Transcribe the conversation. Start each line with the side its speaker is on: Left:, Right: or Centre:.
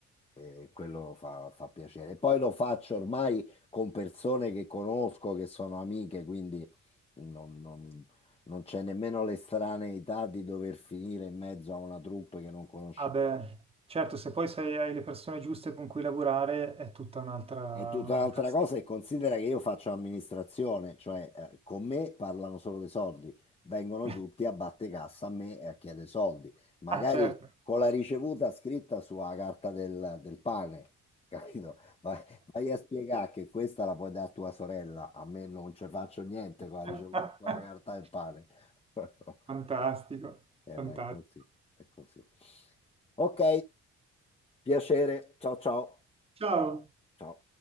Left: E quello fa, fa piacere. Poi lo faccio ormai con persone che conosco, che sono amiche, quindi non, non- non c'è nemmeno l'estraneità di dover finire in mezzo a una troupe che non conosce
Right: Ah beh, certo, se poi sei, hai le persone giuste con cui lavorare è tutta un'altra...
Left: È tutta
Right: un'altra...
Left: un'altra
Right: storia.
Left: cosa e considera che io faccio amministrazione, cioè eh, con me parlano solo dei soldi, vengono
Right: <laughs>
Left: tutti a batte cassa a me e a chiedere soldi, magari
Right: Ah, certo.
Left: con la ricevuta scritta sulla carta del, del pane, <laughs> capito? Vai, vai a spiegare che questa la puoi dare a tua sorella, a me non ci faccio niente
Right: <laughs>
Left: con la ricevuta sulla carta del pane. <laughs>
Right: Fantastico,
Left: Eh,
Right: fantastico.
Left: ma è così, è così. Ok, piacere, ciao ciao,
Right: Ciao.
Left: ciao.